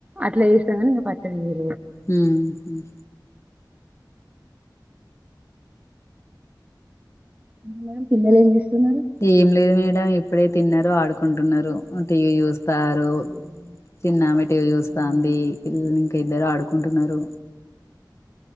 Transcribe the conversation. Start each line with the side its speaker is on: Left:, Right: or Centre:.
Right: అట్లా వస్తాని ఇంకా పచ్చడి చేయా
Left: హ్మ్మ్ ఉమ్
Right: అ మేడం పిల్లలు ఏం చేస్తున్నారు
Left: ఏం లేదు మేడం ఇప్పుడే తిన్నారు ఆడుకుంటున్నారు టీవీ చూ స్తారు
Right: ఉమ్,
Left: చిన్నమె టీవి చూస్తుంది
Right: అవునా,
Left: ఉమ్ ఇద్దరు ఆడుకుంటున్నారు